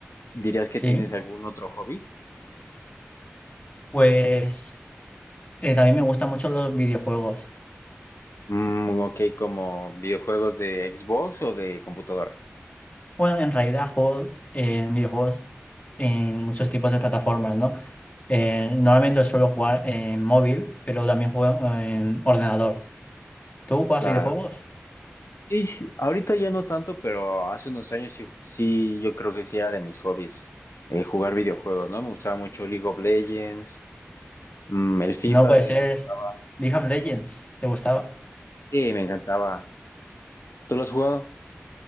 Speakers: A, on the left; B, on the left.
A: ¿dirías que
B: Sí,
A: tienes algún otro hobby?
B: pues eh, también me gustan mucho los videojuegos.
A: Mm, ok, como videojuegos de Xbox o de computadora.
B: Bueno, en realidad juego eh videojuegos en muchos tipos de plataformas, ¿no? Eh, normalmente suelo jugar en móvil, pero también juego en ordenador. ¿Tú juegas
A: Claro.
B: videojuegos?
A: Sí, sí, ahorita ya no tanto, pero hace unos años sí, sí, yo creo que sí era de mis hobbies eh, jugar videojuegos, ¿no? Me gustaba mucho League of Legends, mm, el FIFA
B: No puede
A: también
B: ser.
A: me gustaba.
B: League of Legends, ¿te gustaba?
A: Sí, me encantaba. ¿Tú lo has jugado?